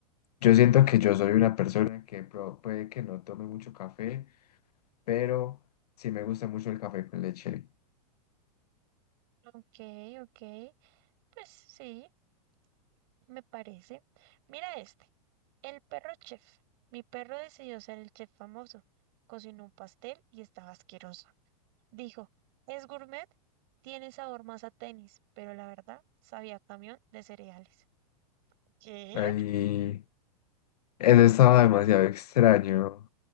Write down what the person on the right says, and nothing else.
Ok, ok, pues sí, me parece. Mira este, el perro chef. Mi perro decidió ser el chef famoso. Cocinó un pastel y estaba asqueroso. Dijo, es gourmet, tiene sabor más a tenis, pero la verdad sabía a camión de cereales. ¿Qué?